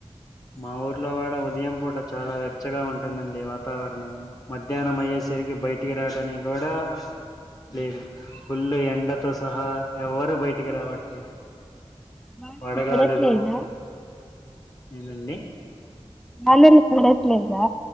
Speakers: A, on the left; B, in the centre.
A: మా ఊర్లో కూడా ఉదయం పూట చాలా వెచ్చగా ఉంటుందండి వాతావరణం మధ్యాహ్నం అయ్యేస్ సరికి బయటికి రాటనికి కూడా లేదు పుల్లు ఎండతో సహా ఎవరు బయటికి రావట్లేదు.
B: వానలు
A: వడగాలులు
B: పడట్లేదా
A: ఏదండి?
B: వానలు కురట్లేదా?